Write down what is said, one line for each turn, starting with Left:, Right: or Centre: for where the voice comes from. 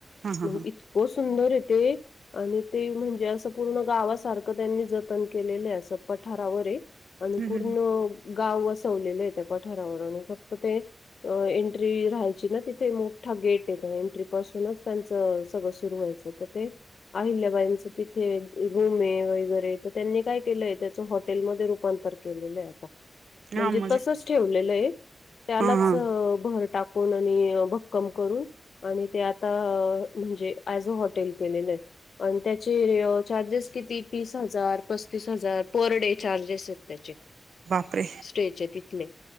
Right: हा हा
Left: इतकं सुंदरय ते, आणि ते म्हणजे असं पूर्ण गावा सारखं त्यांनी जतन केलेलंये, असं पठारावरये आणि
Right: हम्म
Left: पूर्ण गाव वसवलेलेये पठारावर आणि फक्त ते एंट्री राहायची ना तिथे, मोठा गेटये तो. एंट्री पासूनच त्यांचं सगळं सुरू व्हायचं. तं ते अहिल्याबाईंचं तिथे नाय वगैरे तर त्यांनी काय केलंय तेच हॉटेलमध्ये रूपांतर केलेलं आहे आता. म्हणजे
Right: हा मजे
Left: तसंच ठेवलेलंये, त्यालाच
Right: हा हा
Left: भर टाकून कून आणि भक्कम करून आणि ते आता म्हणजे एज अ हॉटेल केलेलये. आणि त्याचे चार्जेस कित तेतीस हजार, पस्तीस हजार पर डे चार्जेस येत त्याचे.
Right: बापरे
Left: स्टेच्या तिथले,